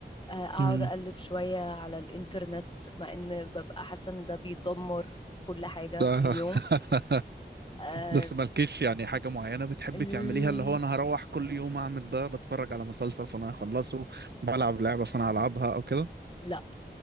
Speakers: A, on the left (about 25°); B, on the right (about 65°).
A: آه أقعد
B: امم
A: أقلب شوية على الإنترنت مع إن ببقى حاسة إن ده بيدمر كل حاجة
B: لا.
A: في اليوم
B: <laughs>
A: أه...
B: بس مالكيش يعني حاجة معينة بتحبي
A: ال-
B: تعمليها اللي هو انا هروح كل يوم اعمل ده بتفرج على مسلسل فانا هخلصه بلعب لعبة فانا هلعبها او كده
A: لا